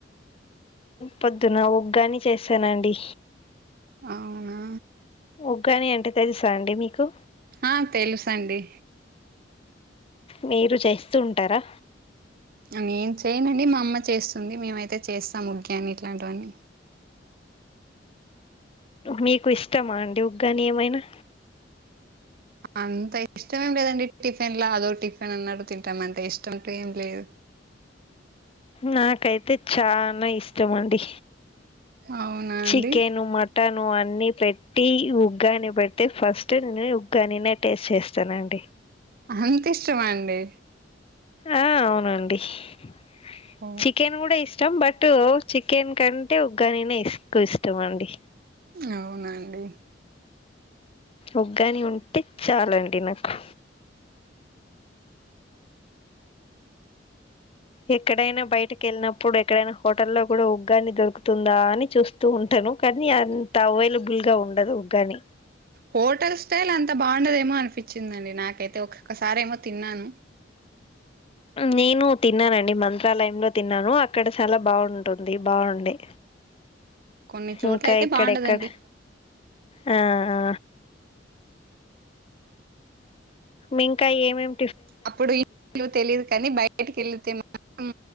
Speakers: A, on the left; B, on the right.
A: పొద్దున ఉగ్గాని చేసానండి...
B: అవునా
A: ఉగ్గాని అంటే తెలుసా అండి మీకు...
B: ఆహ్ తెలుసండి...
A: మీరు చేస్తూంటారా...
B: నేన్ చేయనండి మా అమ్మ చేస్తుంది మేమైతే చేస్తాము ఉగ్యామి ఇట్లాంటివన్నీ
A: మీకు ఇష్టమా అండి ఉగ్గాని ఏమైనా
B: అంత ఇష్టం ఏం లేదండి టిఫిన్ లా అదో టిఫిన్ అన్నట్టు తింటామ్ అంతే ఇష్టం అంటూ ఏం లేదు
A: నాకైతే చాన ఇష్టమండి
B: అవునా
A: చికెను
B: అండి
A: మట్ ట్టను అన్ని పెట్టి ఉగ్గాని బెడ్తే ఫస్ట్ నేను ఉగ్గానీనే టేస్ట్ చేస్తానండి
B: అంతిష్టమా అండి
A: ఆ ఔనండి చికెన్
B: ఓ
A: చికెన్ గూడ ఇష్టం బట్ చికెన్ కంటే ఉగ్గానినె ఇష్ ఎక్కువ ఇష్టం అండి
B: అవునాండి
A: ఉగ్గాని ఉంట్టె చాలండి నాకు ఎక్కడైనా బయటకెళ్ళినప్పుడు ఎక్కడైనా హోటల్లో గూడా ఉగ్గాన్ని దొరుకుతుందా అని చూస్తూ ఉంటాను కనీ అంత అవైలబుల్ గా ఉండదు ఉగ్గాని
B: హోటల్ స్టైల్ అంత బావుండదేమో అనిపిచ్చిందండి నాకైతే ఒక్కొక్క సారి ఏమో తిన్నాను
A: నేను తిన్నానండి మంత్రాలయంలో తిన్నాను అక్కడ చాలా బాగుంటుంది బాగుండే
B: కొన్ని చోట్ల
A: ఇంకా
B: అయితే
A: ఇక్కడ
B: బాగుండదండి
A: ఎక్కడ హా ఆ మీ ఇంకా ఏమేం
B: అప్పుడు ఇప్పుడో తెలీదు కని బయట్ బయటికెళతే మాత్రం